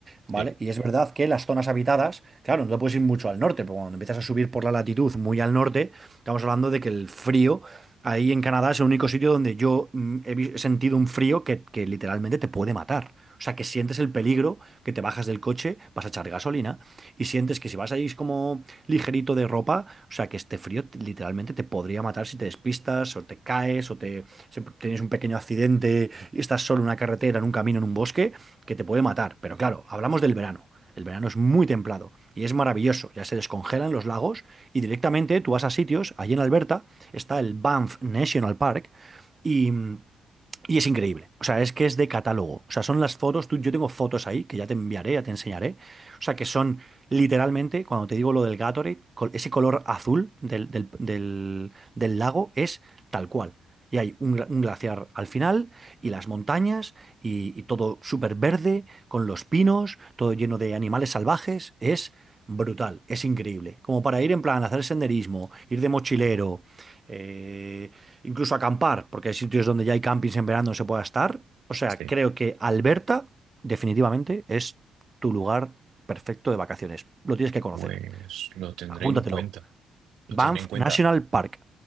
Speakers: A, on the right; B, on the right.
A: ¿vale?
B: Sí,
A: Y es verdad que las zonas habitadas, claro, no te puedes ir mucho al norte, pero cuando empiezas a subir por la latitud muy al norte, estamos hablando de que el frío Ahí en Canadá es el único sitio donde yo mm, he vi- he sentido un frío que, que literalmente te puede matar. O sea, que sientes el peligro, que te bajas del coche, vas a echar gasolina y sientes que si vas ahí como ligerito de ropa, o sea, que este frío te- literalmente te podría matar si te despistas o te caes o te, si tienes un pequeño accidente y estás solo en una carretera, en un camino, en un bosque, que te puede matar. Pero claro, hablamos del verano. El verano es muy templado y es maravilloso. Ya se descongelan los lagos y directamente tú vas a sitios, allí en Alberta está el Banff National Park y mm, y es increíble. O sea, es que es de catálogo. O sea, son las fotos. Tú, yo tengo fotos ahí que ya te enviaré, ya te enseñaré. O sea, que son literalmente, cuando te digo lo del Gatorade, col- ese color azul del, del- del- del lago es tal cual. Y hay un, gla- un glaciar al final, y las montañas, y, y todo súper verde, con los pinos, todo lleno de animales salvajes. Es brutal, es increíble. Como para ir en plan, hacer senderismo, ir de mochilero, eh, Incluso acampar, porque hay sitios donde ya hay campings en verano donde se pueda estar. O sea,
B: sí.
A: creo que Alberta definitivamente es tu lugar perfecto de vacaciones. Lo tienes que conocer.
B: Pues lo tendré
A: Apúntatelo.
B: en cuenta, lo
A: Banff
B: tendré en cuenta.
A: National Park.